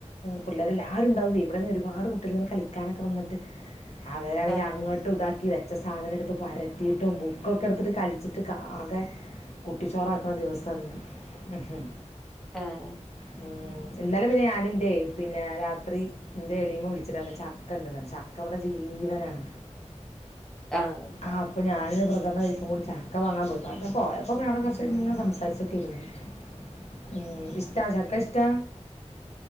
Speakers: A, on the left; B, in the centre.
A: പിള്ളേരെല്ലാരുണ്ടാവേ ഇവിടെന്നൊരുപാട് കുട്ടികളിങ്ങനെ കളിക്കാനൊക്ക വന്നെട്ട് അവരാണെങ്കി
B: ആഹ്
A: അങ്ങോട്ടും ഇതാക്ക് വെച്ച സാധനം എടുത്ത് പരത്തിയിട്ടും ബുക്കൊക്കെ എടുത്തിട്ട് കളിച്ചിട്ട് ക്കാകേ കുട്ടിച്ചോറാക്കണ ദിവസാണ് ഇന്ന്
B: ആഹ്
A: ഉം ഇന്നലെ പിന്നെ ഞാനിന്റെ പിന്നെ രാത്രി എന്റെ എളീമ വിളിച്ചിട്ട് പറഞ്ഞ് ചക്കെണ്ടെന്ന് പറഞ്ഞ് ചക്കവിട ജീവനാണ്.
B: ആഹ്
A: ആഹ് ഞാനും ബ്രദറിൻ്റെ വൈഫും കൂടി ചക്ക വാങ്ങാൻ പോയി പോയപ്പോ പിന്നെ അവിടെ കൊർച്ചിര്ന്ന് സംസരിച്ചിട്ടെക്കെയിരുന്ന്. ഉം ഇഷ്ടാ ചക്ക ഇഷ്ടാ